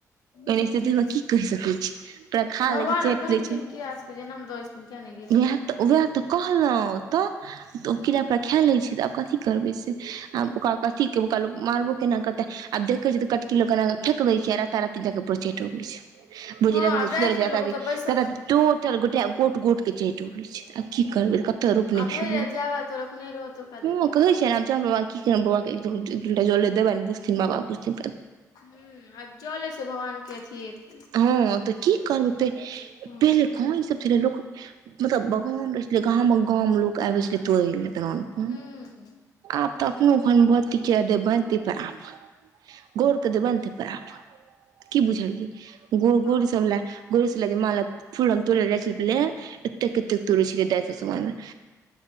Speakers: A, on the left; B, on the right.
A: हुंऽ
B: ओहन स्थितिमे की कहि सकै छी पूरा खा
A: भगवानो
B: लै छै चाटि
A: केहेन
B: लै छै
A: केहन कीरा सबके जनम द हम कियाने गेलयै।
B: उएह तऽ उएह तऽ कहलहुं त, ओ कीड़ा पुरा खा ले छै। तऽ आब कथी करबै से, आब ओकरा कथि के ओकरा लोक मारबो केना करतै। आब देखय छीय त कटकि लक ऐना क फेक दै छीय, आ राता राती जा क परचैट अबै छै। भौजी
A: हँ
B: राति
A: आब
B: क सुतल रहै
A: के
B: छै
A: लोक
B: राता राति
A: ओतऽ बैसल
B: राता राति टोटल गोटे गोट- गोट क चैट अबय छै, आ की करबै कत त रूकलय
A: आ भरि राति जाबे त लोक नहि रहत ओकरा
B: हं
A: देखे
B: कहै
A: दुआरे
B: छै आब जाउ कि बाबा के एक दु लोटा जल देबनि, बुझथिन बाबा बुझतिन
A: हुं आब जले से भगवान के अथि हेत
B: हँ तऽ की करतै
A: छथिन
B: पहिले कहां ई सब सीधे लोक मतलब बगान रहै छलै, गाम गाम लोक आबे छलै तोड़े ले। दलान पर,
A: ह
B: आब तऽ अपनो घर में बती किये देबेन तय पर आफद। गोरक देबैन तै पर आफद, कि बुझलियै गुर
A: हँ
B: गुर सब ले। गुरुस ले जे मां ले फुल हम तोड़ै ले जाइ छलिय पहिले, इतेक- इतेक तोड़य छलिय दाय सब समान ले।